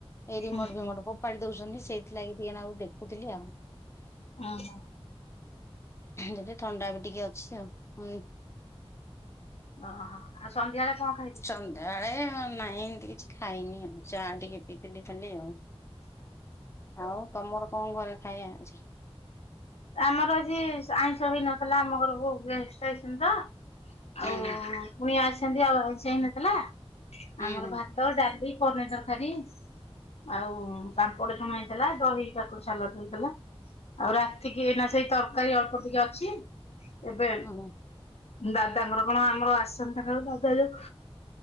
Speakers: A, on the left (about 25°); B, on the left (about 80°).
A: ଏ ରିମୋର୍ଟ
B: ହୁଁ
A: ଫିମଟ ଫୋ ପାଡି ଦଉଛନ୍ତି ସେଇଥିଲାଗି ଟିକେ ନାକୁ ଦେଖୁଥିଲି ଆଉ।
B: ଅଁ, ହଁ।
A: ମୋତେ ଥଣ୍ଡା ବି ଟିକେ ଅଛି ଆଉ, ପୁଣି
B: ଓହୋ, ଆଉ ସନ୍ଧ୍ୟାବେଳେ କଣ ଖା
A: ସନ୍ଧ୍ୟାବେଳେ ହଁ ନାଇଁ ଏମିତି କିଛି ଖାଇନି ଆଉ, ଚା ଟିକେ ପିଇଥିଲି ଖାଲି ଆଉ। ଆଉ ତୋମର କଣ ଘରେ ଖାଇବା ଅଛି?
B: ଆମର ଆଜି ସ- ଆଇଁଷ ହେଇନଥିଲା ଆମ ଘରକୁ ଗେଷ୍ଟ ଆସଛନ୍ତି ତ।
A: ହୁଁ
B: ଆଉ
A: ହୁଁ
B: ପୁଣି ଆସସନ୍ତି ଆଉ ଆଇଁଷ ହେଇନଥିଲା।
A: ହୁଁ
B: ଆମର
A: ହୁଁ
B: ଭା ହଁ ଡାଲି, ପନିର୍ ତରକାରୀ ଆଉ ସାମ୍ପଡ ଛଣା ହେଇଥିଲା, ଦହି କାକୁଡି ସାଲଟ୍ ହେଇଥିଲା। ଆଉ ରା ଟିକେ ନା ସେଇ ତରକାରୀ ଅଳ୍ପ ଟିକେ ଅଛି। ଏବେ
A: ହୁଁ ହୁଁ
B: ଦାଦାଙ୍କର କଣ ଆମର, ଆସିଛନ୍ତି ତାଙ୍କର ଦାଦା ଯୋଉ